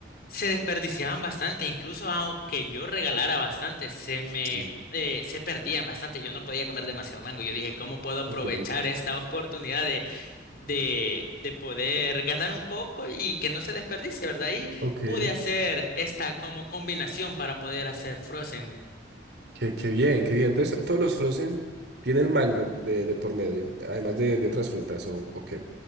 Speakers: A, on the left; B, on the right.
A: se desperdiciaban bastante. Incluso aunque yo regalara bastante, se
B: sí,
A: me eh, se perdían bastante. Yo no podía comer demasiado mango. Yo dije, ¿cómo puedo aprovechar
B: ok,
A: esta oportunidad de de, de poder ganar un poco y que no se desperdicie, ¿verdad? Y
B: ok.
A: pude hacer esta como combinación para poder hacer Frozen.
B: Qué, qué bien, qué bien. Entonces, todos los frozen tienen mango de, de por medio, además de, de otras frutas, ¿o, o qué?